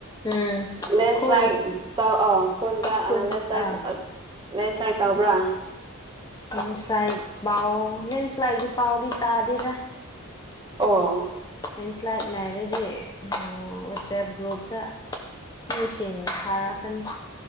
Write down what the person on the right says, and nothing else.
ꯂꯦꯟꯁ꯭ꯂꯥꯏꯠ
ꯇꯧ ꯈꯨꯟꯗ
ꯂꯦꯟꯁ꯭ꯂꯥꯏꯠ
ꯂꯦꯟꯁ꯭ꯂꯥꯏꯠ ꯇꯧꯕ꯭ꯔꯥ
ꯑꯣ